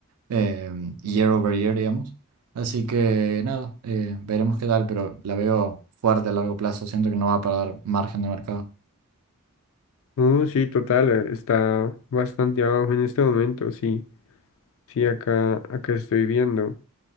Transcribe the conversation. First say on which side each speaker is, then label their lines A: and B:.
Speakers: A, on the right; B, on the left.
A: eh, year over year, digamos. Así que nada, eh, veremos qué tal, pero la veo fuerte a largo plazo, siento que no va a perder margen de mercado.
B: Uh, sí, total, eh, está bastante abajo en este momento, sí, sí, acá, acá estoy viendo.